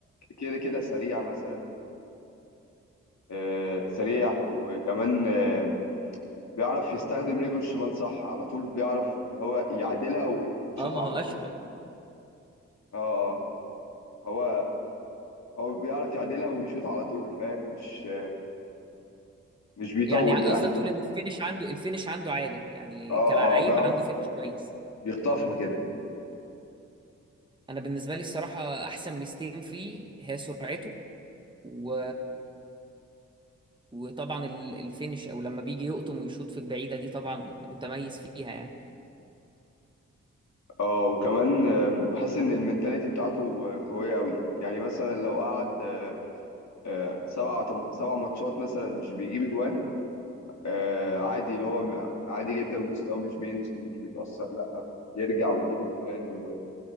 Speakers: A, on the left (about 65°); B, on the right (about 15°).
A: كده كده سريع مثلا آه، سريع وكمان آه، بيعرف يستخدم رجله الشمال صح على طول بيعرف اللي هو يعدلها ويشوطها
B: اه ما هو
A: على
B: اشول
A: طول اه اه هو هو بيعرف يعدلها ويشوط على طول فاهم مش مش بيطول
B: يعني قصدك
A: يعني
B: تقول ان الفينش عنده الفينش عنده عالي يعني
A: اه
B: كلاعب
A: اه بيعرف
B: عنده فينش كويس
A: بيخطفها كده
B: انا بالنسبة لي الصراحة احسن ميزتين فيه هي سرعته و... وطبعا ال- الفينش او لما بيجي يقطم ويشوط في البعيدة دي طبعا متميز فيها يعني
A: اه وكمان آم، بحس ان المنتاليتي بتاعته آه، قوية قوي يعني مثلا لو قعد آه، آه، سبع تم- سبع ماتشات مثلا مش بيجيب اجوان آه، عادي اللي هو م- عادي جدا مستواه مش بينزل مش بيتأثر لا بيرجع ويجيب اجوان و-